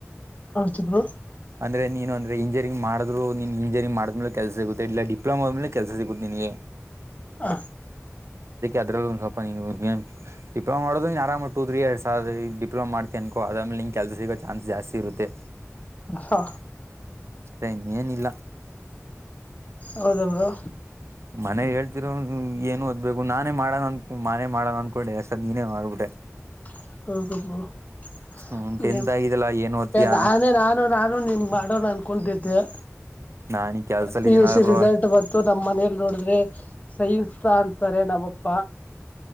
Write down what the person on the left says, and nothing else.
ಆಯ್ತು ಬ್ರೋ
ಹ
ಹಾ
ಹೌದ ಬ್ರೋ
<unintelligible>
ನಾನು ನಾನು ನಿಮ್ ಮಾಡೋದು ಅನ್ಕೊಂಡಿದ್ದೆ
ಪಿ
ಯು ಸಿ
ರಿಸಲ್ಟ್ ಬಂತು ತಮ್ಮ್ ಮನೇಲಿ ನೋಡಿದ್ರೆ ಸೈನ್ ಅಂತಾರೆ ನಮ್ಮಪ್ಪ